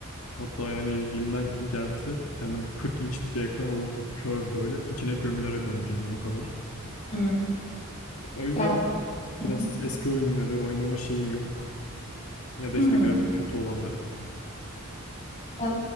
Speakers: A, on the left; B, on the left.
A: Hatta yani elimden gelse kendime bir 40 inçlik bir ekran alıp curve böyle içine gömülerek oynayacağım yani o kadar.
B: Hı.
A: O yüzden
B: Ya hı hı.
A: biraz eski oyunları oynama şeyim yok. Ya da
B: Hı.
A: işte grafik kötü olanları.
B: Ya